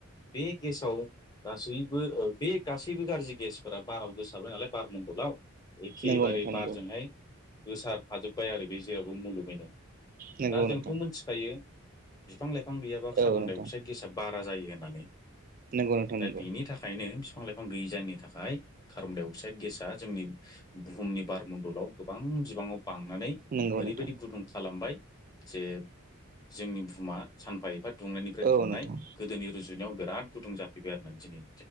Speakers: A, on the left; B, on the right.
A: बे गेसाव गासैबो ओ बे गासैबो गाज्रि गेसफोरा बाराव गोसाबाय नालाय बारमन्दलाव एखेबारे
B: नंगौ नोंथां
A: बारजोंहाय
B: नंगौ
A: गोसार फाजोबाय आरो बे जेरावबो मुलुगैनो।
B: नंगौ
A: दा जोंथ'
B: नोंथां
A: मोनथिखायो? बिफां लाइफां गैयाबा कार्बन
B: औ नोंथां
A: डाइ अक्साइड गेसा बा रा जायो होननानै।
B: नंगौ नोंथां
A: दा
B: नंगौ
A: बिनि थाखायनो फि फां लाइफां गैयै जायनि थाखाय कार्बनडाइ अक्साइड गेसा जोंनि बुहुमनि बारमण्डलाव गोबां बिबाङाव बांनानै
B: नंगौ
A: ओरैबायदि
B: नोंथां
A: गुदुं खालामबाय। जे जोंनि बुहुमा सानफा एफा दुंनायनिफ्राय
B: औ
A: दुंनाय
B: नोंथां
A: गोदोनि रुजु जुनायाव बिराद गुदुं जाफैबाय आरोना दिनै।